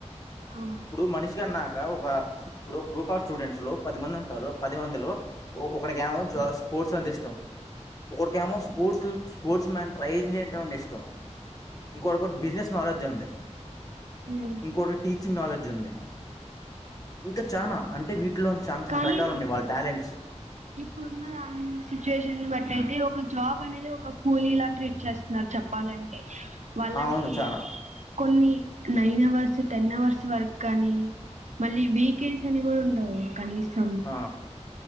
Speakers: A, on the right (about 75°); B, on the left (about 30°).
A: ఆ ఉమ్
B: ఇప్పుడు మనిషి కన్నా ఒక ఇప్పుడు గ్రూప్ ఆఫ్ స్టూడెంట్స్ లో పది మంది ఉంటారు పది మందిలో ఒకడికి ఏమో స్పోర్ట్స్ అంటే ఇష్టం ఒకరికేమో స్పోర్ట్స్ స్పోర్ట్స్ మ్యాన్ ట్రై చేయడం ఇష్టం ఇంకోొకటి బిజినెస్ నాలెడ్జ్ ఉంది
A: ఉమ్
B: ఇంకోటి టీచింగ్ నాలెడ్జ్ ఉంది ఇంకా చాలనా అంటే వీటిలోని చాలా చాలా
A: కానీ
B: రకాలు ఉన్నాయి వాళ్ళ టాలెంట్స్
A: ఇప్పుడున్న దాని సిచ్యుయేషన్ బట్టి అయితే ఒక జాబ్ అనేది ఒక కూలీలా ట్రీట్ చేస్తున్నారు చెప్పాలంటే వాళ్ళని
B: ఆ అవును చానా
A: కొన్ని nine hours ten hours work కానీ మళ్ళీ వీకెండ్స్ అని కూడా ఉండవు కనీసం
B: ఆ